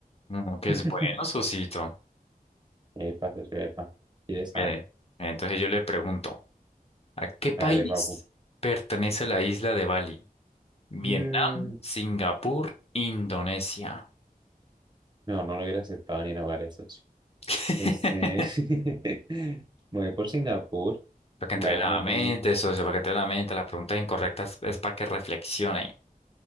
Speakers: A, on the left; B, on the right.
A: uno que
B: <laughs>
A: es bueno, socito.
B: Epa, socio, epa. Si le sabe.
A: Ve, entonces yo le pregunto, ¿a qué país
B: Hágale, papu.
A: pertenece la isla de Bali? Vietnam,
B: No.
A: Singapur, Indonesia.
B: No, no lo hubiera aceptado ni la eso. socio.
A: <laughs>
B: Este. <laughs> Me voy por Singapur.
A: Para que
B: La
A: entre
B: verdad
A: en la
B: que no
A: mente,
B: tenía.
A: socio, para que entre en la mente, las preguntas incorrectas es para que reflexionen.